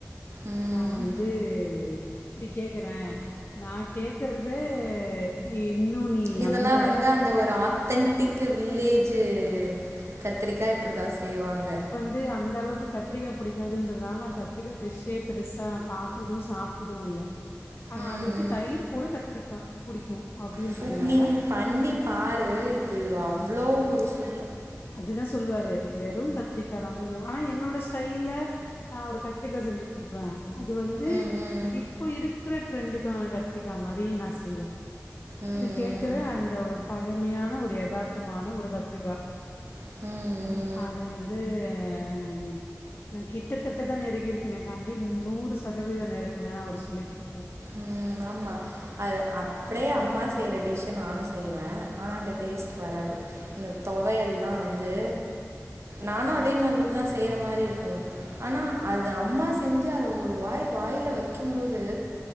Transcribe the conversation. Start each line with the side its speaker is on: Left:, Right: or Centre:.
Right: ம்,
Left: நா வந்து இப்டி கேக்குறே நா கேக்குற து இன்னு நீ
Right: இதெல்லாம்
Left: அந்த
Right: வந்து அந்த ஒரு ஆத்தன்டிக்கு வில்லேஜு கத்திரிக்கா இப்டி தா செய்வாங்க
Left: இது அந்த அளவுக்கு கத்திரிக்கா பிடிக்காதுன்றதுனால நா கத்திரிக்கா டிஷ்சே பெருசா பாத்தது சாப்டது இல்ல ஆனா
Right: ம்
Left: அவருக்கு
Right: ம்
Left: தயிர் கூட கத்திரிக்கா புடிக்கு அப்டின்றதுனால
Right: சூப் நீ பண்ணி பாரு இது அவ்ளோ ஒரு சு
Left: அதுதா சொல்லுவாரு வெறு கத்திரிக்கா தா பா இது ஆனா என்னோட ஸ்டைல்ல நா ஒரு கத்திரிக்கா செஞ்சி குடுப்பே அது வந்து
Right: ம் ம் ம்
Left: இப்ப இருக்கிற ட்ரெண்டுக்கான கத்திரிக்கா மாரி நா செய்வே அவரு
Right: ம்
Left: கேக்குற அந்த ஒரு பழமையான ஒரு யதார்த்தமான ஒரு கத்திரிகா
Right: ம் ம்
Left: அது வந்து அம் நா கிட்டத்தட்டதா நெருங்கியிருக்க கேனக்காண்டி நூறு சதவீதோ நெருங்களனு அவர் சொல்லிட்டு இருப்பாரு
Right: ம் ஆமா அது அப்டியே அம்மா செய்யற டிஷ் அ நானு செய்வே ஆனா அந்த டேஸ்ட் வராது இந்த தொவயெல்லா வந்து நானு அதே மாதிரிதா செய்ற மாரி இருக்கு ஆனா அது அம்மா செஞ்சு அத ஒரு வாய் வாயில வைக்குபோது